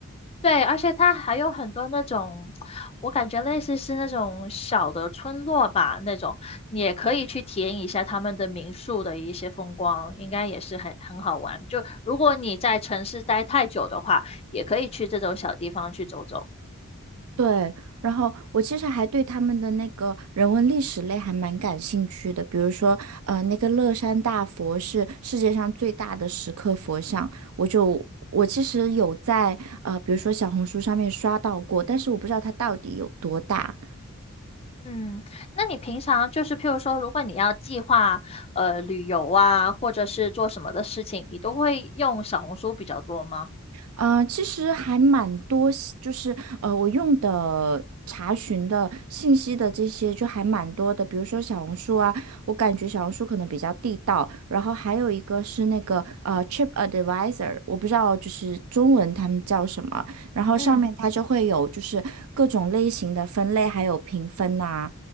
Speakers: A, on the left; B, on the right.
A: 对，而且它还有很多那种，我感觉类似是那种小的村落吧，那种你也可以去体验一下他们的民宿的一些风光，应该也是很很好玩。就如果你在城市待太久的话，也可以去这种小地方去走走。
B: 对，然后我其实还对他们的那个人文历史类还蛮感兴趣的，比如说，呃，那个乐山大佛是世界上最大的石刻佛像，我就我其实有在呃，比如说小红书上面刷到过，但是我不知道它到底有多大。
A: 嗯，那你平常就是譬如说，如果你要计划呃旅游啊，或者是做什么的事情，你都会用小红书比较多吗？
B: 呃，其实还蛮多信就是呃，我用的查询的信息的这些就还蛮多的，比如说小红书啊，我感觉小红书可能比较地道，然后还有一个是那个呃 TripAdvisor，我不知道就是中文他们叫什么，然后上面它就会有就是各种类型的分类，
A: 嗯。
B: 还有评分呐、